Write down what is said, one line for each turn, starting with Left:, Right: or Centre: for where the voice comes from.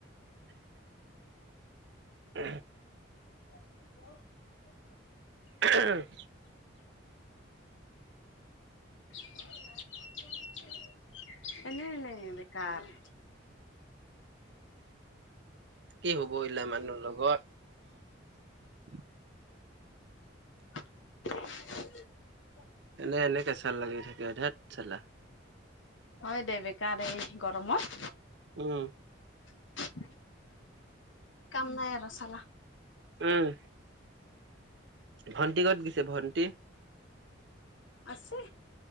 Right: উ
Left: <inaudible>
Right: আহ
Left: <inaudible> এনেই এনেই বেকাৰ।
Right: <inaudible> কি হ'ব এইবিলাক মানুহৰ লগত
Left: <inaudible>
Right: এলে এলে কেঁচাল লাগি থাকে ধেত চাল্লা।
Left: হয় দে বেকাৰ এই গৰমত
Right: উম
Left: <inaudible> কাম নাই আৰু চাল্লা
Right: উম, ভণ্টি ক'ত গৈছে ভণ্টি?
Left: আছে।